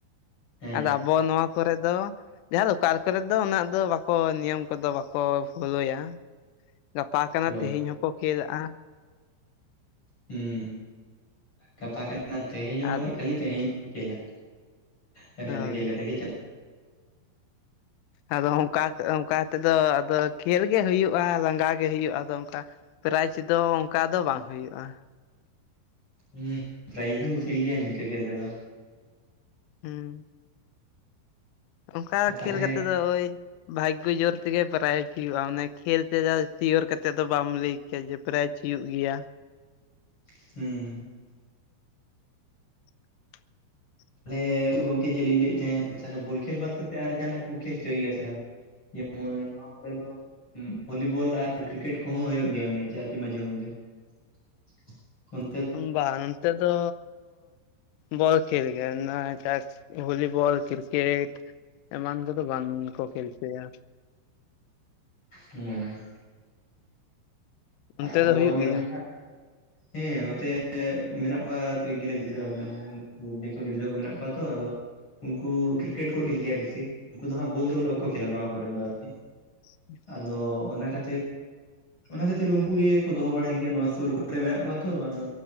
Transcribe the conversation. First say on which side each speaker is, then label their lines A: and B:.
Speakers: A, on the left; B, on the left.
A: ᱦᱮᱸ
B: ᱟᱫᱚ ᱟᱵᱚ ᱱᱚᱣᱟ ᱠᱚᱨᱮ ᱫᱚ ᱡᱟᱦᱟᱸ ᱞᱳᱠᱟᱞ ᱠᱚᱨᱮ ᱫᱚ ᱩᱱᱟᱹᱜ ᱫᱚ ᱵᱟᱠᱚ ᱱᱤᱭᱚᱢ ᱠᱚᱫᱚ ᱵᱟᱠᱚ ᱯᱷᱳᱞᱳᱭᱟ᱾ ᱜᱟᱯᱟ ᱠᱟᱱᱟ
A: ᱦᱳᱭ
B: ᱛᱮᱦᱤᱧ ᱦᱚᱸᱠᱚ ᱠᱷᱮᱞᱟᱜᱼᱟ᱾
A: ᱦᱩᱸ ᱠᱟᱛᱷᱟ ᱠᱟᱱᱟ ᱛᱮᱦᱮᱧ ᱦᱚ
B: ᱟᱨ
A: ᱠᱷᱟᱹᱞᱤ ᱛᱮᱦᱮᱧ ᱜᱮᱠᱚ ᱠᱷᱮᱞ-ᱟ ᱠᱷᱮᱞ
B: ᱦᱳᱭ
A: ᱠᱟᱛᱮ ᱜᱮ ᱪᱟᱞᱟᱣ
B: ᱟᱫᱚ ᱚᱱᱠᱟ ᱚᱱᱠᱟ ᱠᱟᱛᱮᱫ ᱫᱚ ᱟᱫᱚ ᱠᱷᱮᱞ ᱜᱮ ᱦᱩᱭᱩᱜᱼᱟ ᱞᱟᱸᱜᱟ ᱜᱮ ᱦᱩᱭᱩᱜᱼᱟ ᱟᱫᱚ ᱚᱱᱠᱟ ᱯᱮᱨᱟᱭᱤᱡᱽ ᱫᱚ ᱚᱱᱠᱟ ᱫᱚ ᱵᱟᱝ ᱦᱩᱭᱩᱜᱼᱟ᱾
A: ᱦᱩᱸ ᱯᱮᱨᱟᱭᱤᱡ ᱫᱚ ᱢᱩᱥᱠᱤᱞ ᱜᱮᱭᱟ ᱱᱤᱝᱠᱟᱹ ᱠᱷᱮᱞ ᱛᱮᱫᱚ᱾
B: ᱦᱩᱸ ᱾ ᱚᱱᱠᱟ ᱠᱷᱮᱞ
A: ᱛᱟᱦᱚᱞᱮ
B: ᱠᱟᱛᱮᱫ ᱫᱚ ᱳᱭ ᱵᱷᱟᱡᱜᱳ ᱡᱳᱨ ᱛᱮᱜᱮ ᱯᱮᱨᱟᱭᱤᱡ ᱦᱩᱭᱩᱜᱼᱟ ᱚᱱᱮ ᱠᱷᱮᱞ ᱛᱮᱫᱚ ᱥᱤᱭᱳᱨ ᱠᱟᱛᱮᱫ ᱫᱚ ᱵᱟᱢ ᱞᱟᱹᱭ ᱪᱮᱫ ᱡᱮ ᱯᱮᱨᱟᱭᱤᱡ ᱦᱩᱭᱩᱜ ᱜᱮᱭᱟ᱾
A: ᱦᱩᱸ ᱾
B: <unintelligible>
A: ᱛᱟᱦᱚᱞᱮ ᱜᱚᱝᱠᱮ ᱪᱮᱫ ᱞᱤᱧ ᱞᱟᱹᱭᱮᱫ ᱛᱟᱦᱮᱹ ᱛᱟᱦᱚᱞᱮ ᱵᱚᱞ ᱠᱷᱮᱞ ᱵᱟᱫ ᱠᱟᱛᱮᱫ ᱟᱨ ᱡᱟᱦᱟᱱᱟᱜ ᱠᱚ ᱠᱷᱮᱞ ᱦᱚᱪᱚᱭ ᱜᱮᱭᱟ ᱥᱮ ᱵᱟᱝ? ᱡᱮᱢᱚᱱ ᱱᱚᱣᱟ ᱠᱚᱨᱮ ᱫᱚ ᱵᱷᱚᱞᱤᱵᱚᱞ ᱟᱨ ᱠᱨᱤᱠᱮᱴ ᱠᱚᱦᱚᱸ ᱦᱩᱭᱩᱜ ᱜᱮᱭᱟ ᱟᱨᱠᱤ ᱢᱟᱡᱷᱮ ᱢᱚᱫᱽᱫᱷᱮ ᱾
B: ᱵᱟᱝ ᱱᱚᱛᱮ ᱫᱚᱻ ᱵᱚᱞ ᱠᱷᱮᱞ ᱜᱮ ᱵᱷᱚᱞᱤᱵᱚᱞ ᱠᱨᱤᱠᱮᱴ ᱮᱢᱟᱱ ᱠᱚᱫᱚ ᱵᱟᱝ ᱠᱚ ᱠᱷᱮᱞᱪᱳᱭᱟ᱾
A: ᱦᱩᱸ᱾
B: ᱚᱱᱛᱮ
A: ᱟᱫᱚ
B: ᱫᱚ ᱦᱩᱭᱩᱜ
A: ᱚᱱᱮ
B: ᱜᱮᱭᱟ
A: ᱚᱱᱠᱟ ᱦᱮᱸ ᱱᱚᱛᱮ ᱢᱮᱱᱟᱜ ᱠᱚᱣᱟ ᱠᱚᱭᱮᱠ ᱜᱩᱞᱟᱹ ᱜᱤᱫᱽᱨᱟᱹ ᱢᱟᱱᱮ ᱫᱤᱠᱩ ᱜᱤᱫᱽᱨᱟᱹ ᱠᱚ ᱢᱮᱱᱟᱜ ᱠᱚᱣᱟ ᱛᱚ ᱟᱫᱚ ᱩᱱᱠᱩ ᱠᱨᱤᱠᱮᱴ ᱠᱚ ᱠᱷᱮᱞ ᱜᱮᱭᱟ ᱵᱮᱥᱤ, ᱩᱱᱠᱩ ᱫᱚ ᱦᱟᱸᱜ ᱵᱳᱞ ᱫᱚ ᱵᱟᱠᱚ ᱠᱷᱮᱞᱟ ᱱᱚᱶᱟ ᱠᱚᱨᱮᱱ ᱫᱚ ᱟᱨᱠᱤ,
B: <inaudible>
A: ᱟᱫᱚ ᱚᱱᱟ ᱠᱷᱟᱹᱛᱤᱨ <inaudible> ᱚᱱᱟ ᱠᱷᱟᱹᱛᱤᱨ ᱩᱱ ᱩᱱᱤ ᱜᱮᱠᱚ ᱫᱚᱦᱚ ᱵᱟᱲᱟᱭ ᱜᱮᱭᱟ ᱱᱚᱣᱟ ᱥᱩᱨ ᱠᱚᱨᱮ ᱢᱮᱱᱟᱜ ᱠᱚᱣᱟ ᱛᱚ ᱟᱫᱚ,